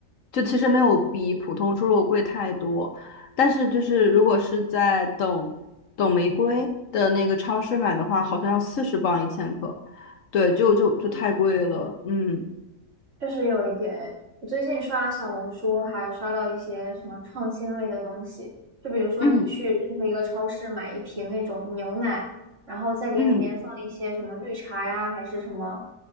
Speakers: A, on the left; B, on the right.
A: 就其实没有比普通猪肉贵太多，但是就是如果是在等等玫瑰的那个超市买的话，好像要四十磅一千克，对，就就就太贵了，
B: 哦
A: 嗯
B: 确实有一点诶。我最近刷小红书，还刷到一些什么创新类的东西，就比如说你去任何一个超市买一瓶那种牛奶，
A: 嗯
B: 然后再给里面放一些什么绿茶呀，
A: 嗯。
B: 还是什么，